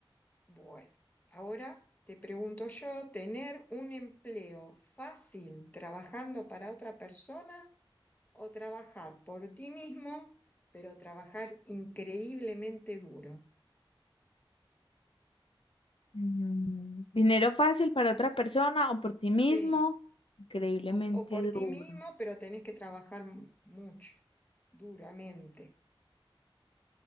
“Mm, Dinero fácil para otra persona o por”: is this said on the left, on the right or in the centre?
Left